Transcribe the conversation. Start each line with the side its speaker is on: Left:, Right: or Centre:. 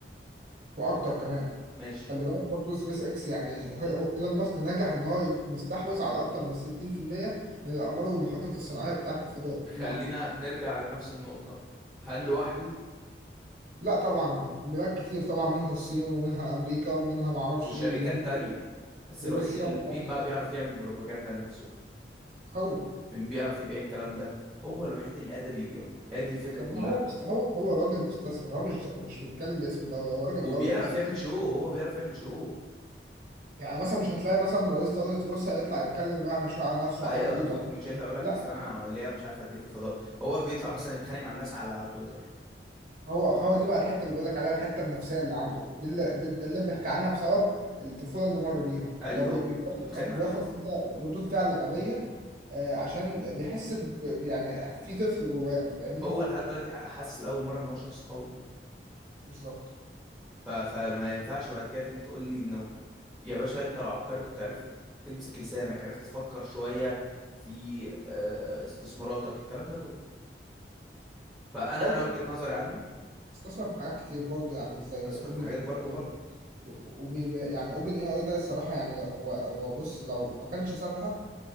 Right: وأكتر كمان
Centre: ماشي
Right: خلي بالك برضو سبيس اكس يعني هو هو ايلون ماسك نجح ان هو مستحوذ على اكتر من 60% من الاقمار والمحطات الصناعيه بتاعه الفضاء
Centre: خلينا
Right: مح...
Centre: نرجع لنفس النقطة هل لوحده
Right: لا طبعا بلاد كتير طبعا منها الصين ومنها امريكا ومنها معرفش
Centre: وشركات
Right: ايه الهند
Centre: تانية بس
Right: وروسيا
Centre: الوحيد اللي
Right: آه،
Centre: مين
Right: بالظبط
Centre: بقى بيعرف يعمل بروباجندا لنفسه
Right: هو
Centre: مين بيعرف يبيع الكلام ده هو الوحيد اللي قادر يبيعه هي دي الفكرة
Right: لان
Centre: كلها
Right: هو مست- هو هو راجل مستثمر هو مش مش بيتكلم باسم دوله هو راجل
Centre: وبيعرف
Right: حر مستثمر
Centre: يعمل شو هو بيعرف يعمل شو
Right: يعني مثلا مش هتلاقي مثلا رئيس دوله روسيا يطلع يتكلم ويعمل شو على نفسه
Centre: ايوه
Right: على دولته
Centre: بوتين مش هيطلع يقول لك
Right: لا
Centre: اصل انا ليا مش عارف قد ايه في الفضاء هو بيطلع مثلا يتخانق مع الناس على تويتر
Right: هو هو دي بقى الحته اللي بقول لك عليها الحته النفسيه اللي عنده دي اللي دي دي اللي بيحكي عنها بسبب الطفوله اللي مر بيها
Centre: ايوه
Right: هو بي-
Centre: هو
Right: بي- بياخد
Centre: بيتخانق
Right: أو بياخد
Centre: مع الناس
Right: كده ردود فعل غبيه آه، عشان بيحس ب... ب- يعني في طفل جواه انت فاهمني
Centre: هو لحد دلوقتي حاسس لاول مره ان هو شخص قوي
Right: بالظبط
Centre: ف... فما ينفعش بعد كده تيجي تقول لي انه يا باشا انت لو عبقري كنت عرفت تمسك لسانك عرفت تفكر شويه في آه، استثماراتك الكلام ده كله فانا
Right: برضه
Centre: انا وجهة نظري عنه
Right: استثمر في حاجات كتير برضه يعني زي
Centre: استثمر
Right: اوبن
Centre: في حاجات برضو غلط
Right: وبيبقى يعني اوبن اي اي ده الصراحه يعني لا- هو هو بص لو ما كانش سابها